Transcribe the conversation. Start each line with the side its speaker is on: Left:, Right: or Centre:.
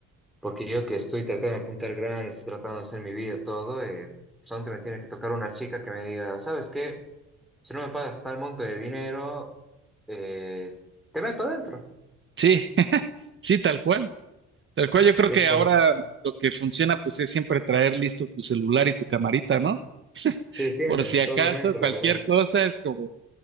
Centre: porque yo que estoy tratando de apuntar grande, estoy tratando de hacer mi vida, todo, eh, solamente me tiene que tocar una chica que me diga, ¿sabes qué? Si no me pagas tal monto de dinero, eh, te meto adentro.
Right: Sí, Sí, tal cual. Tal cual, yo creo
Centre: Y
Right: que
Centre: es como,
Right: ahora lo que funciona pues es siempre traer listo tu celular y tu camarita, ¿no?
Centre: sí, siempre,
Right: Por si
Centre: en
Right: acaso,
Centre: todo momento,
Right: cualquier
Centre: la verdad.
Right: cosa es como,